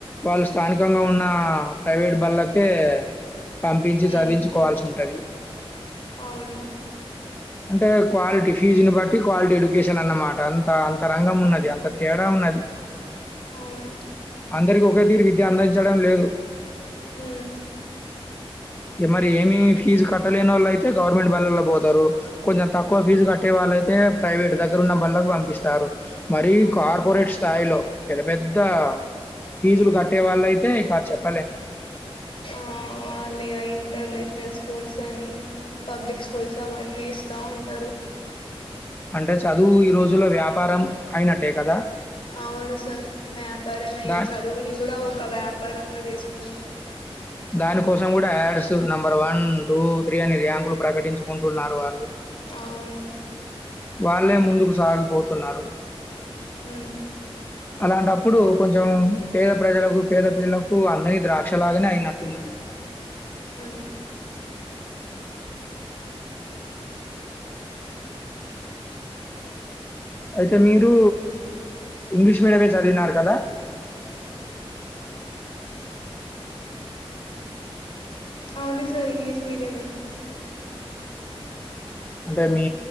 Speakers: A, on the left; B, on the left.
A: వాళ్ళు స్థానికంగా ఉన్న ప్రైవేట్ బళ్ళకే పంపించి
B: ఉమ్,
A: చదిించుకోవాల్సి ఉంటుంది
B: అవును
A: అంటే క్వాలిటీ ఫీజుని బట్టి క్వాలిటీ ఎడ్యుకేషన్ అన్నమాట అంత అంత అంత రంగం
B: ఆ,
A: ఉన్నది అంత తేడా ఉన్నది
B: అవును
A: అందరికకి ఒకే తీరు విద్య అందించడం లేదు
B: ఆ
A: మరి ఏమి ఫీజు కట్టలేని వాళ్ళు అయితే గవర్నమెంట్ బలళ పోతారు కొంచెం తక్కువ ఫీజు కట్టే వాళ్ళుయితే ప్రైవేట్ దగ్గర ఉన్న బళ్ళకు పంపిస్తారు మరిీ
B: అవును
A: కార్పొరేట్ స్థాయిలో పెద్ద పెద్ద ఫీజులు కట్టే వాళ్ళు అయితే కా చెప్ప
B: ఆ మళగా ఇంటర్న్షనల్ స్కూల్స్ కానీ పబ్లిక్ స్కూల్స్ అవన్నీ ఇస్తా ఉంటారు
A: అంటే చదువు ఈ రోజుల్లో వ్యాపారం అయినట్టే కదా
B: అవును సార్ వ్యాపార మక
A: దా
B: చదువునిి కూడాడా ఒక వ్యాపారంగా చేసుకున్నారు
A: దాని కోసం కూడా ads number one two three అని ర్యాంక్ ప్రకటించుకుంటున్నారు వాళ్ళు
B: అవును
A: వాారు వాళ్ళే ముందుకు సాగిపోతున్నారు
B: ఉమ్,
A: అలాంటప్పుడు కొంచెం పేద ప్రజలకు పేద పిల్లలకు అందరి ద్రాక్షలాగానే అయిన ఉన్నది
B: అ అ
A: అయితే మీరు ఇంగ్లీష్ మీడియమే చదివినారు కదా
B: అవును సార్ ఇంగ్లిష్ మీడియమ
A: అంటే
B: ఆ,
A: మీ